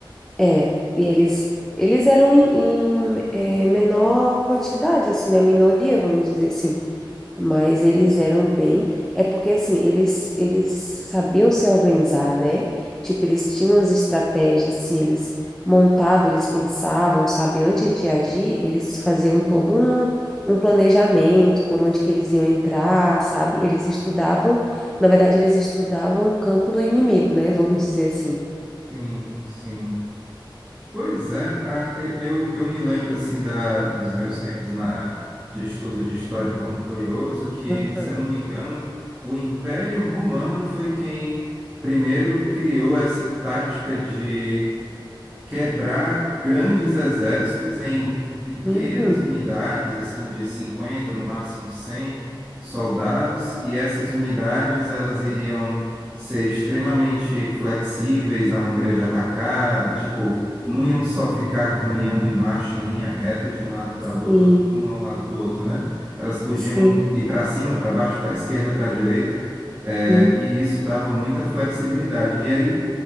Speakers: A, in the centre; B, on the right (about 15°).
A: É, e eles, eles eram em, em, eh, menor quantidade, assim, na minoria, vamos dizer assim. Mas eles eram bem. É porque, assim, eles, eles sabiam se organizar, né? Tipo, eles tinham as estratégias, assim, eles montavam, eles pensavam, sabe? Antes de agir, eles faziam todo um, um planejamento por onde que eles iam entrar, sabe? Eles estudavam, na verdade, eles estudavam o campo do inimigo, né? Vamos dizer assim.
B: Sim, sim. Pois é, ah, eu, eu, eu me lembro assim da, dos meus tempos na, de estudo de história como curioso, que,
A: Aham.
B: se eu não me engano, o Império Romano foi quem primeiro criou essa tática de quebrar grandes exércitos em pequenas
A: Uhum.
B: unidades, assim, de 50 no máximo 100 soldados, e essas unidades elas iriam ser extremamente flexíveis na maneira de atacar, tipo, não iam só ficar caminhando em marcha, em linha reta, de um lado para
A: Sim,
B: o outro, todo mundo a um lado do outro, né? Elas podiam
A: sim.
B: ir para cima, para baixo, para a esquerda, para a direita, eh,
A: Uhum.
B: e isso dava muita flexibilidade. E aí,